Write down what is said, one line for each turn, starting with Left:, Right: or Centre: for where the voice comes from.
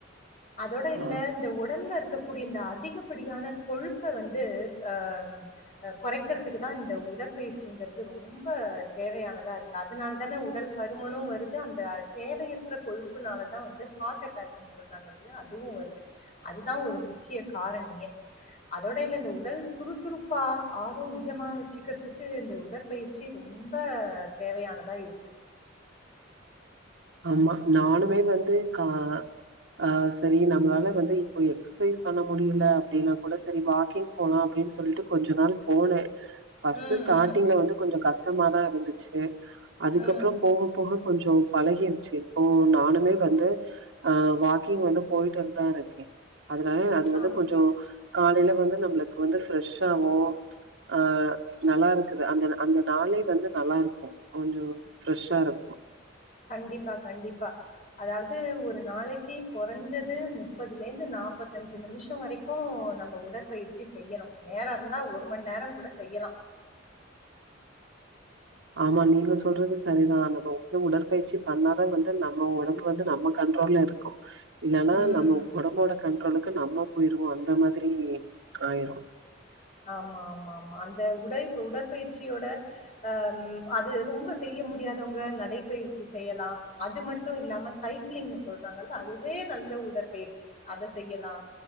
Left: அதோட
Right: ஆ
Left: இல்ல இந்த உ டல்ல இருக்கக்கூடிய இந்த அதிகப்படியான கொழுப்ப வந்து அ அ கொறைக்கிறதுக்குதா இந்த உடற்பயிற்சிங்கறது ரொம்ப தேவையானதா இருக்கு அதனாலதான உடல் பருமனும் வருது அந்த தேவையற்ற கொழு ப்புனாலதா வந்து ஹார்ட் அட்டாக்ன்னு சொல்றாங்க இல்லையா அதுவு வருது அதுதா ஒரு முக்கிய காரணியே அதோட இல்ல இந்த உடல் சுறுசுறுப்பா ஆரோக்கியமா வச்சுக்கிறதுக்கு இந்த உடல் பயிற்சி ரொம்ப தேவையானதா இருக்கு
Right: ஆமா நானுமே வந்து கா ஆ சரி நம்மளால வந்து இப்போ எக்ஸ் சசைஸ் பண்ண முடியல அப்படின்னா கூட சரி வாக்கிங் போலா அப்படின்னு சொல்லிட்டு கொஞ்ச நாள் போனே ஃபர்ஸ்ட்
Left: ம்,
Right: ஸ்டார்ட்டிங்ல
Left: ம்,
Right: வந்து கொஞ்சோ கஷ்டமாதா இருந்துச்சு அதுக்கப்பறோ
Left: ம்.
Right: போக போக கொஞ்சோ பழகிடுச்சு இப்போ நானுமே வந்து ஆ வாக்கிங் வந்து போயிட்டுதா இருக்கே அதனால அது வந்து
Left: ஆம்.
Right: கொஞ்சோ காலையில வந்து நம்மளுக்கு வந்து ஃப்ரெஷ் ஆவு ஆ நல்லா இருக்குது அந்த அந்த நாளே வந்து நல்லா இருக்கு கொஞ்சோ ஃப்ரெஷ்ஷா இருக்கு
Left: கண்டிப்பா கண்டிப்பா அதாவது ஒரு நாளைக்கு குறைஞ்சது முப்பதுலேந்து நாற்பத்தஞ்சு நிமிஷ வரைக் கு நம்ம உடற்பயிற்சி செய்யனு, நேரம் இருந்தா ஒரு மண்நேரம் கூட செய்யலா
Right: ஆமா நீங்க சொல்றது சரிதா நம்ம வந்து உடற்பயிற்சி பண்ணாதே வந்து நம்ம ஒடம்பு வந்து நம்ம கண்ட்ரோல்ல இருக் கு இல்லன்னா
Left: ம்.
Right: நம்ம ஒடம்போட கண்ட்ரோலுக்கு நம்ம போயிருவோ அந்த மாதிரி ஆயிரு
Left: ஆமா ஆமா ஆமா அந்த உடை உடற்பயிற்சியோட அ அது ரொம்ப செய்ய முடியாதவங்க நடைபயிற்சி செய்யலா அது மட் டு இல்லாம சைக்கிளிங்னு சொல்றாங்கல்ல அதுவே நல்ல உடற்பயிற்சி அத செய்யலா